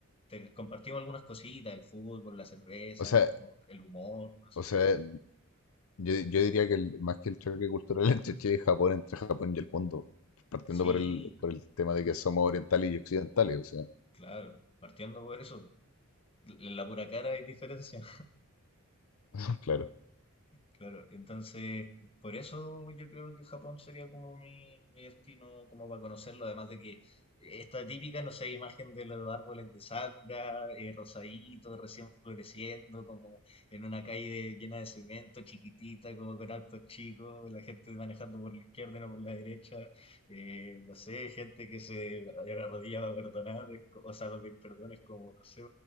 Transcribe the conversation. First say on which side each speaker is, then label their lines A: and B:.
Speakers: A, on the left; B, on the left.
A: te compartimos algunas cositas, el fútbol, la cerveza,
B: O sea,
A: como el humor, no sé.
B: o sea, Yo, yo diría que el- más que el choque cultural <laughs> entre Chile y Japón, entre Japón y el mundo, partiendo
A: Sí,
B: por el, por el tema de que somos orientales y occidentales, o sea,
A: claro, partiendo por eso, en la pura cara hay diferencia.
B: <laughs> claro,
A: Claro, entonces por eso yo creo que Japón sería como mi, mi destino como para conocerlo, además de que esta típica, no sé, imagen de los árboles de sakura, eh, rosadito, recién floreciendo, como en una calle llena de cemento, chiquitita, como con autos chicos, la gente manejando por la izquierda y no por la derecha, eh, no sé, gente que se arrodilla para perdonar, es co- o sea, para pedir perdón, es como, no sé,